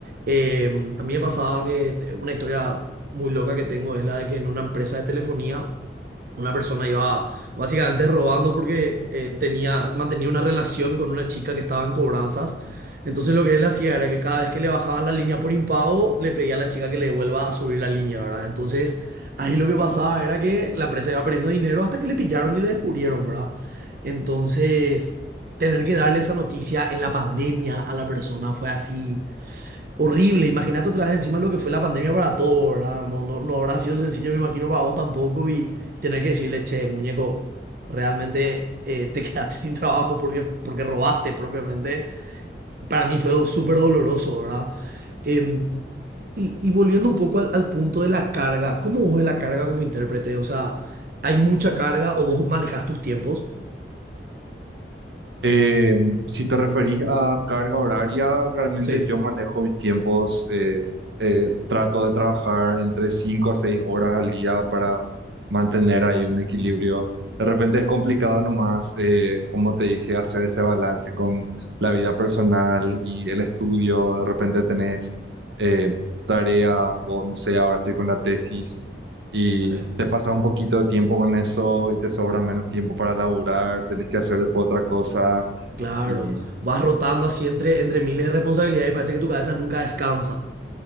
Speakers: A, on the right; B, on the right.
A: Eh, a mí me pasaba que te- una historia muy loca que tengo es la de que en una empresa de telefonía una persona iba básicamente robando porque eh, tenía, mantenía una relación con una chica que estaba en cobranzas. Entonces lo que él hacía era que cada vez que le bajaban la línea por impago, le pedía a la chica que le devuelva a subir la línea, ¿verdad? Entonces ahí lo que pasaba era que la empresa iba perdiendo dinero hasta que le pillaron y le descubrieron, ¿verdad? Entonces tener que darle esa noticia en la pandemia a la persona fue así Horrible, imagínate otra vez encima lo que fue la pandemia para todo, ¿verdad? No, no, no habrá sido sencillo, me imagino, para vos tampoco y, y tener que decirle, che, muñeco, realmente eh, te <laughs> quedaste sin trabajo porque, porque robaste propiamente. Para mí fue do- súper doloroso, ¿verdad? Em, y, y volviendo un poco al, al punto de la carga, ¿cómo vos ves la carga como intérprete? O sea, ¿hay mucha carga o vos manejas tus tiempos?
B: Eh, si te referís a carga horaria, realmente
A: Sí,
B: yo manejo mis tiempos, eh, eh, trato de trabajar entre 5 a 6 horas al día para mantener ahí un equilibrio. De repente es complicado nomás, eh, como te dije, hacer ese balance con la vida personal y el estudio. De repente tenés eh, tarea o no sé, ahora estoy con la tesis y
A: sí.
B: te pasa un poquito de tiempo con eso y te sobra menos tiempo para laburar, tenés que hacer después otra cosa
A: Claro,
B: y
A: vas rotando así entre, entre miles de responsabilidades y parece que tu cabeza nunca descansa.